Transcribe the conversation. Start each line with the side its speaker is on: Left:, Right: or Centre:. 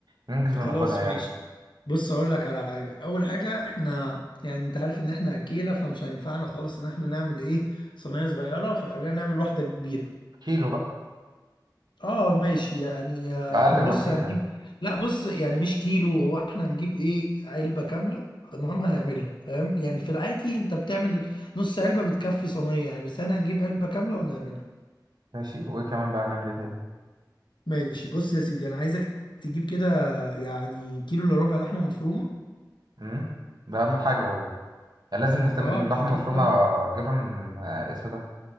Right: ننجز
Left: خلاص
Right: وناكلها يعني
Left: ماشي بص أقول لك على حاجة أول حاجة إحنا يعني أنت عارف إن إحنا أكيلة فمش هينفعنا خالص إن إحنا نعمل إيه صينية صغيرة فخلينا نعمل واحدة كبيرة
Right: كيلو بقى
Left: اه ماشي يعني
Right: <laughs>
Left: آه،
Right: اقل
Left: احنا بص
Right: ما فيها
Left: هنجيب
Right: يعني.
Left: لا بص يعني مش كيلو هو احنا هنجيب ايه علبة كاملة تمام هنعملها فاهم يعني في العادي انت بتعمل نص علبة بتكفي صينية يعني بس احنا هنجيب علبة كاملة ونعملها
Right: ماشي وايه كمان بقى هنعمل ايه تاني
Left: ماشي بص يا سيدي انا عايزك تجيب كده يعني كيلو الا ربع لحمة مفرومة
Right: امم ده اهم حاجه و... يعني لازم نهتم
Left: اه
Right: باللحمه
Left: اكيد
Right: المفرومه
Left: طبعا
Right: اجيبها من آه، اسمه ده